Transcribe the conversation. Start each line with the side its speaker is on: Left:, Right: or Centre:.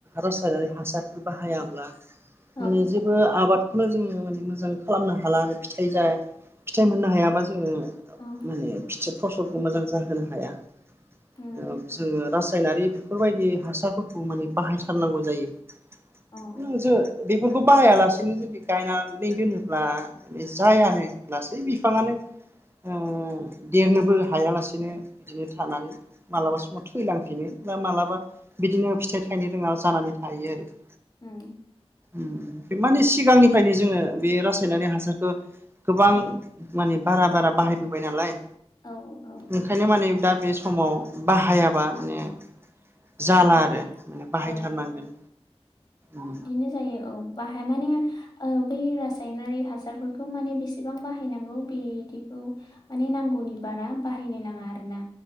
Right: रासायनारि हासारफोर बाहायाब्ला
Left: औ
Right: माने जे बो आबादखौनो जोङो माने मोजां खालामनो हाला आरो फिथाइ जा फिथाइ मोननो हायाबा जोङो
Left: अ
Right: माने फिथि फसलखौ मोजां जाहोनो हाया।
Left: उम
Right: ओ जोङो रासायनारि बेफोरबायदि हासारफोरखौ माने बाहायथारनांगौ जायो।
Left: अ
Right: नोंजो बेफोरखौ बाहाया लासेनो जुदि गायनानै दोनोब्ला जायानो लासै बिफाङानो ओ देरनोबो हायालासेनो इदिनो थानानै मालाबा समाव थैलांफिनो बा मालाबा बिदिनो फिथाइ थायनो रोङा जानानै थायो आरो
Left: ओम
Right: ओम बे मानि सिगांनिफ्रायनो जोङो बे रासायनारि हासारखौ गोबां
Left: औ
Right: माने बारा बारा बाहायबोबाय नालाय
Left: औ औ
Right: ओंखायनो माने दा बे समाव बाहायाबा माने जाला
Left: औ
Right: आरो ओम बाहायथारनांगोन
Left: औ
Right: ओम
Left: नो जायो औ बाहाया माने ओ बै रासायनारि हासारफोरखौ माने बेसेबां बाहायनांगौ बिदिखौ माने नांगौनि बारा बाहायनो नाङा आरो ना